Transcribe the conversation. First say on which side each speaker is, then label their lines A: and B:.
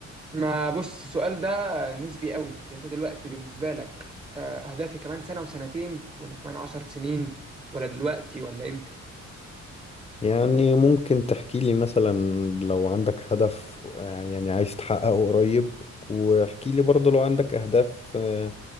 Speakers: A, on the right; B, on the left.
A: ما بص السؤال ده نسبي قوي انت دلوقتي بالنسبه لك آه، اهدافي كمان سنه وسنتين ولا كمان عشر سنين ولا دلوقتي ولا امتى
B: يعني ممكن تحكي لي مثلا لو عندك هدف آه، يعني عايز تحققه قريب واحكي لي برضه لو عندك اهداف آه،